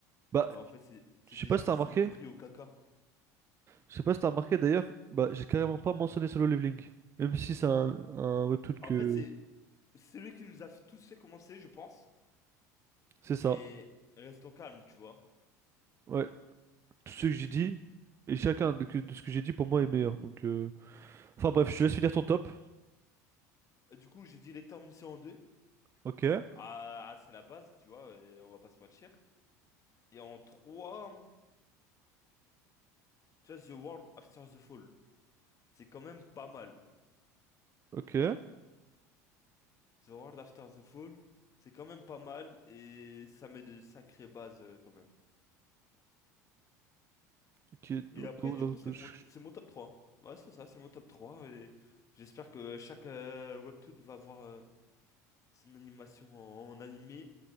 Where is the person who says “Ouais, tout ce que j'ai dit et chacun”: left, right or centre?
Right